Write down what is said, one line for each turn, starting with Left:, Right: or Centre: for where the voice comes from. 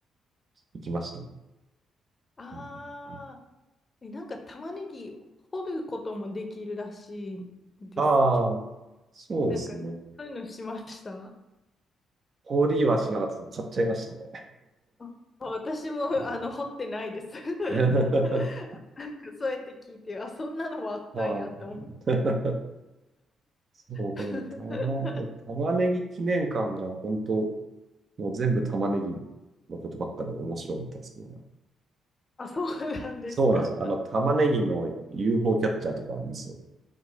Right: 行きましたね。
Left: ああ、
Right: うん
Left: え、なんか玉ねぎ掘ることもできるらしいんですけど、
Right: ああ、そうですね。
Left: なんか、そういうのしました
Right: 氷はしなかったです買っちゃいましたね。
Left: あ、私も、
Right: う
Left: あの、掘ってないです。<laughs>
Right: ん <laughs>
Left: なんか、そうやって聞いて、あ、そんなのもあったんやって思う。
Right: はい。そう、この玉、
Left: <laughs>
Right: 玉ねぎ記念館が本当、もう全部玉ねぎのことばっかで面白かったんですけどね。
Left: あ、そうなんですか。
Right: そうなんですよ。あの、玉ねぎの UFO キャッチャーとかあるんですよ。